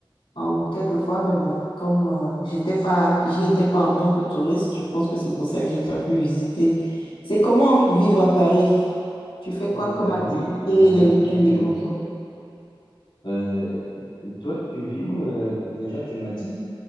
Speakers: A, on the left; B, on the left.
A: euh, quelquefois, mais bon, comme euh, j'étais pas, j'y étais pas en tant que touriste, je pense que c'est pour ça que j'ai pas pu visiter. C'est comment vivre à Paris? Tu fais quoi
B: Euh,
A: comme activité
B: oui, bon, moi,
A: les week-ends
B: moi je.
A: et consos?
B: Euh, toi, tu vis où euh, déjà? Tu m'as dit